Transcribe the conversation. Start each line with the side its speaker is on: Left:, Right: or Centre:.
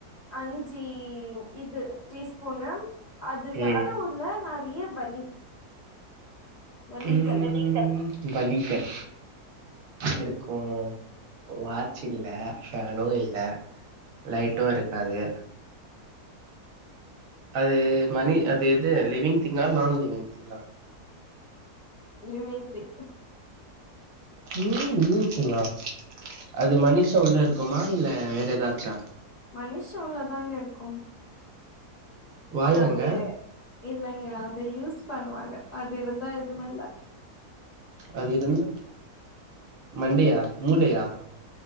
Left: அஞ்சி இது டீஸ்பூனு அது தட்டு
Right: ம்
Left: உள்ள நெறைய வழி வழிகள்
Right: ம் வழிகள் இருக்கு வாட்ச் இல்ல ஃபேனு இல்ல லைட்டு இருக்காது அது மணி அது இது லிவிங் திங்கா நான் லிவிங் திங்கா
Left: லிவிங் திங்
Right: ம் ம் குங்ளா அது மனுஷ உள்ள இருக்குமா இல்ல வேற ஏதாச்சா
Left: மனுஷ உள்ள தாங்க இருக்கு
Right: வாயாங்க
Left: அது இல்லங்க அது யூஸ் பண்ணுவாங்க அது இருந்தா எதுமேல்ல
Right: அது இருந்தா மண்டயா மூளையா